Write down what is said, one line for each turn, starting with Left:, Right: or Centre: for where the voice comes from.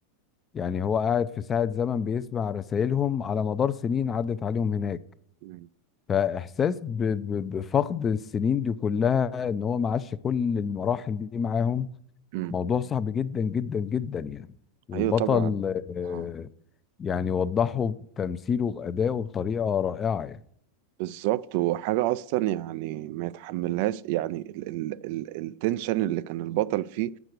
Left: يعني هو قاعد في ساعة زمن بيسمع رسائلهم على مدار سنين عدت عليهم هناك
Right: مم.
Left: فاحساس ب- ب- بفقد السنين دي كلها ان هو ما عاش كل المراحل دي معاهم
Right: مم.
Left: موضوع صعب جدا جدا جدا يعني والبطل
Right: ايوه طبعا
Left: آه،
Right: اه
Left: يعني وضحه بتمثيله بأدائه بطريقة رائعة يعني
Right: بالظبط وحاجه اصلا يعني ما يتحملهاش يعني ال ال ال التنشن اللي كان البطل فيه